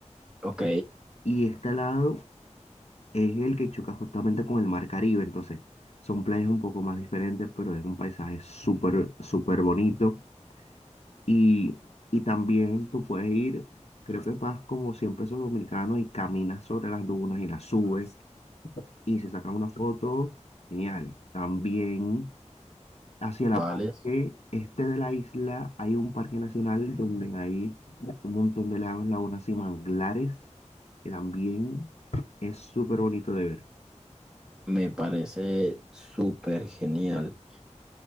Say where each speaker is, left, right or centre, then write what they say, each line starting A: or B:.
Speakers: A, in the centre; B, on the left.
A: Ok,
B: y está al lado es el que choca justamente con el Mar Caribe, entonces son playas un poco más diferentes, pero es un paisaje súper, súper bonito. Y, y también tú puedes ir, creo que pagas como 100 pesos dominicanos y caminas sobre las dunas y las subes y se sacan unas fotos geniales. También hacia la
A: vale.
B: parte este de la isla hay un parque nacional donde hay un montón de lagos, lagunas y manglares, que también es súper bonito de ver.
A: Me parece súper genial.